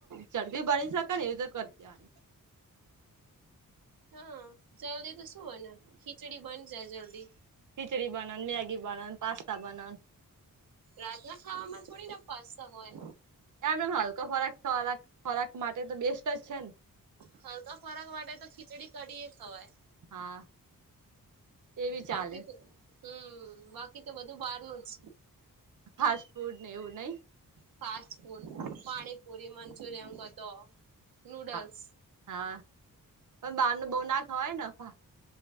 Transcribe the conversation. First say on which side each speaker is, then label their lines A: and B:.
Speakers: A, on the right (about 60°); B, on the right (about 90°).
A: જડ દી બની એવી રીતે કરી દેવાની.
B: હા જલ્દી તો શું બને? ખીચડી બન જાય જલ્દી.
A: ખિચડી બનન, મેગી બનન, પાસ્તા બનન.
B: રાતના ખાવામાં થોડીના પાસ્તા હોય.
A: એમ એ હલકા ખોરાક ખોરાક ખોરાક માટે તો બેસ્ટ જ છે ને.
B: હલકા ખોરાક માટે તો ખીચડી કઢીએ ખવાય.
A: હા એ બી
B: બાકી
A: ચાલે
B: તો હમ, બાકી તો બધું બારનું જ.
A: ફાસ્ટફૂડ ને એવું નઈ?
B: ફાસ્ટ ફૂડ, પાણીપુરી, મંચુરિયન કતો નૂડલ્સ.
A: હા હા, પણ બારનું બહું ના ખવાય ને <inaudible>